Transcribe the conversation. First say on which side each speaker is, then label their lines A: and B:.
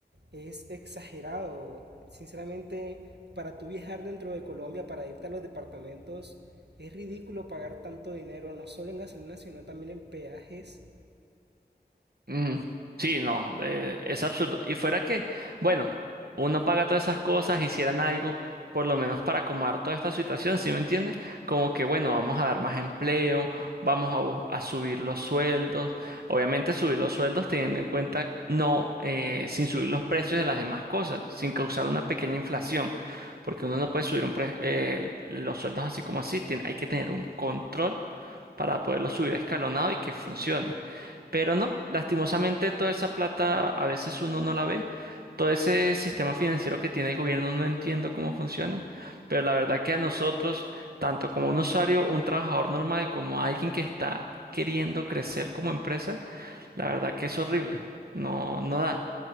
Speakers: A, on the right; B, on the right.
A: es exagerado. Sinceramente, para tú viajar dentro de Colombia, para irte a los departamentos, es ridículo pagar tanto dinero, no solo en gasolina, sino también en peajes
B: Mm, sí, no, eh, es absurdo. Y fuera que, bueno, uno paga todas esas cosas, hicieran algo, por lo menos para acomodar toda esta situación, ¿sí me entiende? Como que, bueno, vamos a dar más empleo, vamos a, bu- a subir los sueldos, obviamente subir los sueldos teniendo en cuenta, no, eh, sin subir los precios de las demás cosas, sin causar una pequeña inflación, porque uno no puede subir un pre- eh, los sueldos así como así, tien- hay que tener un control para poderlo subir escalonado y que funcione. Pero no, lastimosamente toda esa plata a veces uno no la ve. Todo ese sistema financiero que tiene el gobierno no entiendo cómo funciona, pero la verdad que a nosotros, tanto como un usuario, un trabajador normal, como alguien que está queriendo crecer como empresa, la verdad que es horrible. No, no da.